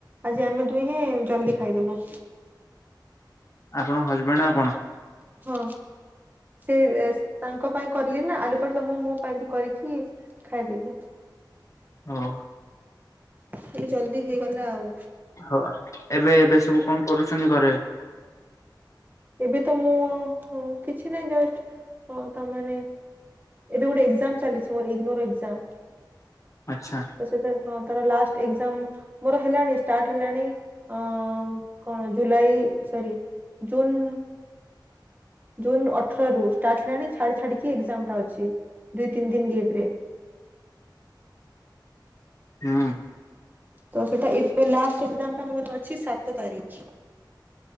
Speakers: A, on the right; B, on the left.
A: ଆଜି ଆମେ ଦୁହେଁ ଜଲଦି ଖାଇଦେଲୁ।
B: ଆପଣଙ୍କ ହଜବେଣ୍ଡ ଆପଣ।
A: ହଁ ସେ ରେ ସେ ତାଙ୍କ ପାଇଁ କରଲିି ନା ଆଲୁପଟ ତ ମୁଁ ମୋ ପାଇଁ ବି କରିକି ଖାଇଦେଲି।
B: ହଁ।
A: ହେଲି ଜଲ୍ଦୀହେଇଗଲା ଆଉ।
B: ହୋ ଆ ଏବେ ଏବେ ସବୁ କଣ କରୁଛନ୍ତି ଘରେ।
A: ଏବେ ତ ମୁଁ କିଛି ନାହିଁ ଜଷ୍ଟ ତାମାନେ ଏବେ ଗୋଟେ ଏଜାମ୍ ଚାଲିଛି ମୋର ଇଗ୍ନୋର ଏଜାମ୍
B: ଆଚ୍ଛା
A: ତ ସେଟା ହଁ ତାର ଲାଷ୍ଟ ଏଜାମ୍ ମୋର ହେଲାଣି ଷ୍ଟାର୍ଟ ହେଲାଣି। ଅ କଣ ଜୁଲାଇ ସରି ଜୁନ୍। ଜୁନ ଅଠର ରୁ ଷ୍ଟାର୍ଟ ହେଲାଣି ଛାଡି ଛାଡିକି ଏକ୍ଜାମ ଟା ଅଛି ଦୁଇ ତିନି ଦିନି ଗିପ୍ ରେ।
B: ହୁଁ।
A: ତ ସେଟା ଏପେ ଲାଷ୍ଟ ଏକ୍ସମ୍ ଟା ମୋର ଅଛି ସାତ ତାରିଖ।